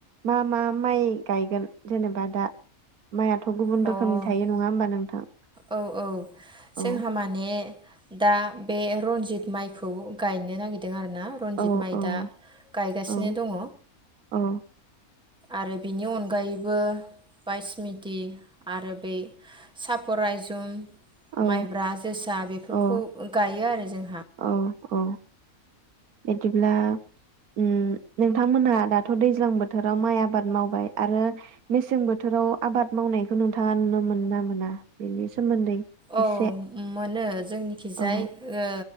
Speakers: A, on the right; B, in the centre.
A: मा मा माइ गायगोन जेनेबा दा माइआ थ' गुबुन
B: औ
A: रोखोमनि
B: अ
A: थायो नङा होमबा? नोंथां
B: औ औ
A: औ
B: जोंहा माने दा बे रन्जित माइ खौ गायनो नागिरदों आरोना रनजित
A: औ
B: माइ
A: औ
B: दा गायगासिनो
A: औ
B: दङ।
A: औ।
B: आरो बिनि अनगायैबो बाइस मिटि आरो बे साब खरायजुम
A: औ
B: माइब्रा जोसा बेफोरखौ
A: औ
B: गायो आरो जों
A: औ। औ बिदिब्ला उम नोंथांमोनहा दाथ' दैज्लां बोथोराव माइ आबाद मावबाय आरो मेसें बोथोराव आबाद मावनायखौ नोंथाङा नुनो मोना मोना बेनि सोमोन्दै
B: औ
A: एसे
B: मोनो जोंनिखिजाय
A: औ
B: ओ